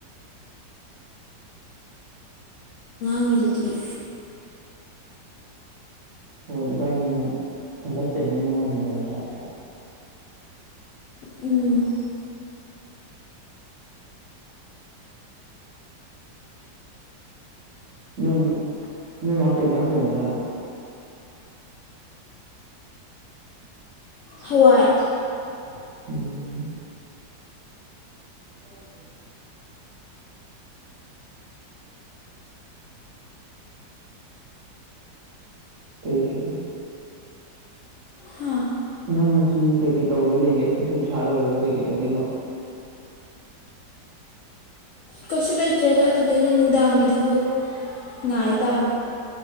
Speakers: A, on the left; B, on the right.
A: ꯃꯤꯗꯨꯗꯤ
B: ꯍꯣꯏ ꯏꯕꯥꯅꯤꯃꯛ ꯑꯟꯗꯔꯁꯇꯦꯟꯗꯤꯡ ꯑꯃ ꯂꯩꯅꯕ ꯑꯃ ꯆꯪꯉꯦ ꯍꯥꯏꯕ
A: ꯎꯝ
B: ꯅꯪ ꯅꯣꯏ‌ꯃꯥ ꯀꯩ ꯍꯦꯟꯖꯥꯛ ꯊꯣꯡꯏꯖꯥꯠꯅꯣ
A: ꯍꯋꯥꯏ
B: <unintelligible> <unintelligible> ꯀꯩ‌‌ ꯀꯩ
A: ꯍꯥ
B: ꯅꯪ ꯉꯁꯤ ꯀꯩ ꯀꯩ ꯇꯧꯗꯣꯏ ꯂꯩꯒꯦ ꯙꯗꯨꯛ ꯁꯥ ꯂꯣꯏꯔꯒ ꯀꯩ ꯀꯩ ꯇꯧꯗꯣꯏꯅꯣ
A: ꯀꯩꯁꯨ ꯂꯩꯇ꯭ꯔꯦꯗ ꯑꯗꯨꯗꯩꯗꯤ ꯅꯨꯡꯗꯥꯡꯒꯤ ꯊꯕꯛ ꯉꯥꯏꯇꯥꯝ